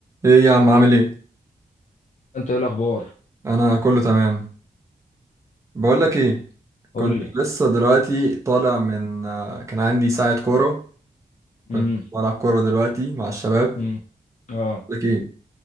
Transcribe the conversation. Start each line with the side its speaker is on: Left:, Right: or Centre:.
Right: ايه يا عم عامل ايه
Left: انت ايه الاخبار
Right: انا كله تمام بقول لك ايه
Left: قول
Right: كنت
Left: لي
Right: لسه دلوقتي طالع من آه، كان عندي ساعة كورة كنت
Left: امم
Right: بلعب كورة دلوقتي مع الشباب
Left: امم اه
Right: لك ايه